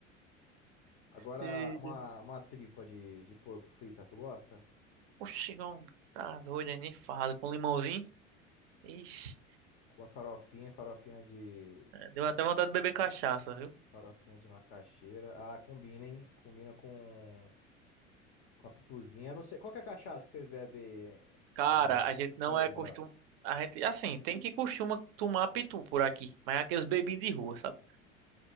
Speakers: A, on the left; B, on the right.
A: Agora,
B: Eita.
A: uma, uma tripa de, de porco frita, tu gosta?
B: Oxi, não, tá doido, nem fala. Com limãozinho. Ixi.
A: Com uma farofinha, farofinha de,
B: Deu até vontade de beber cachaça, viu?
A: farofinha de macaxeira. Ah, combina, hein? Combina com, com a pituzinha. Eu não sei, qual que é a cachaça que vocês bebem
B: Cara,
A: em,
B: a gente
A: em
B: não
A: Paraíba?
B: é costum... A gente, assim, tem quem costuma tomar pitu por aqui, mas é aqueles bebinhos de rua, sabe?